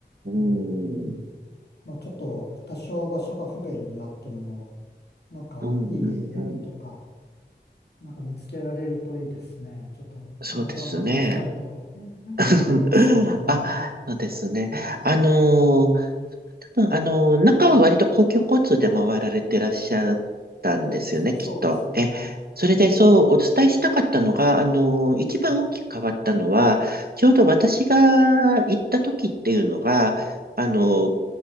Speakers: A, on the right (about 55°); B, on the left (about 65°).
A: うん、
B: うん、
A: うん、
B: まあちょっと多少場所が不便になっても、なんかいい宿とか、
A: うん、うん
B: なんか見つけられるといいですね。ちょっとまたまた行きたいと
A: そうですね。<laughs>
B: 思いますんでね。
A: あ、そうですね。あのー多分、あの、中は割と公共交通で回られてらっしゃったんですよね、
B: そうです、そうそうですね。
A: きっと。え、それでそうお伝えしたかったのが、あの、一番大きく変わったのは、ちょうど私が行った時っていうのが、あの、